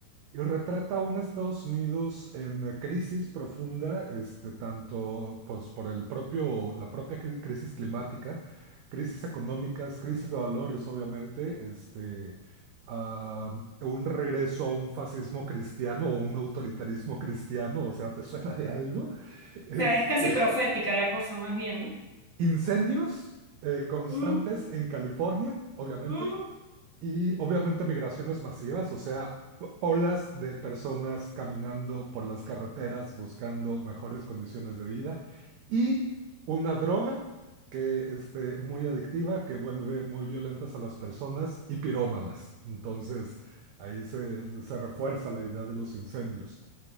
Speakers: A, on the right (about 85°); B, on the left (about 80°).
A: Y retrata a un Estados Unidos en eh, crisis profunda, este, tanto pues, por el propio, la propia cri- crisis climática, crisis económicas, crisis de valores, obviamente, este, ah, un regreso a un fascismo cristiano o un autoritarismo cristiano, o sea, ¿te suena de algo? Este,
B: O sea, es casi profética la cosa más bien.
A: incendios eh, constantes
B: ¿no? Mm,
A: en California, obviamente.
B: mm.
A: Y obviamente migraciones masivas, o sea, o- olas de personas caminando por las carreteras buscando mejores condiciones de vida y una droga que este, muy adictiva, que vuelve muy violentas a las personas y pirómanas. Entonces, ahí se, se refuerza la idea de los incendios.